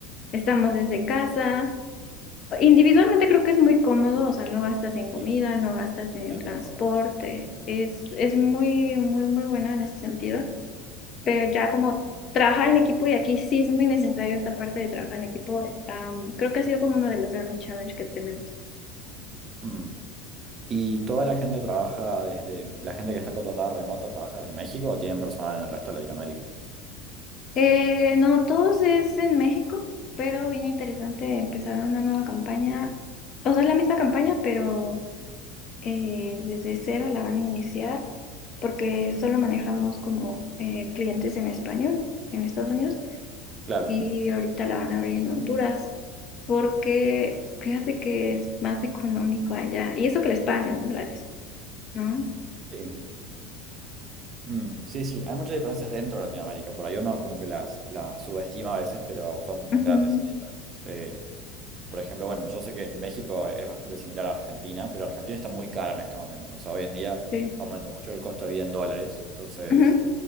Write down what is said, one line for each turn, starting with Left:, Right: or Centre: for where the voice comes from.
Left: estamos desde casa. Individualmente creo que es muy cómodo, o sea, no gastas en comida,
Right: Sí,
Left: no gastas en
Right: es
Left: transporte.
Right: muy cómodo.
Left: Es, es muy, muy, muy bueno en ese sentido. Pero ya como trabajar en equipo, y aquí sí es muy necesario esta parte de trabajar en equipo, am, creo que ha sido como uno de los grandes challenges que tenemos.
Right: Mm. ¿Y toda la gente trabaja desde, la gente que está contratada remota trabaja desde México o tienen personal en el resto de Latinoamérica?
Left: Eh, no, todos es en México, pero bien interesante empezar una nueva campaña. O sea, es la misma campaña, pero eh, desde cero la van a iniciar porque solo manejamos como eh, clientes en español en Estados Unidos
Right: Claro,
Left: y ahorita la van a abrir en Honduras porque fíjate que es más económico allá y eso que les pagan en dólares, ¿no?
Right: sí. Mm. Sí, sí, hay muchas diferencias dentro de Latinoamérica. Por ahí uno como que las, las subestima a veces, pero son, son
Left: Ujú,
Right: grandes las diferencias. Eh, por ejemplo, bueno, yo sé que México es bastante similar a Argentina, pero Argentina está muy cara en este momento. O sea, hoy en día
Left: Sí.
Right: aumentó mucho el costo de vida en dólares. Entonces,
Left: Ujú.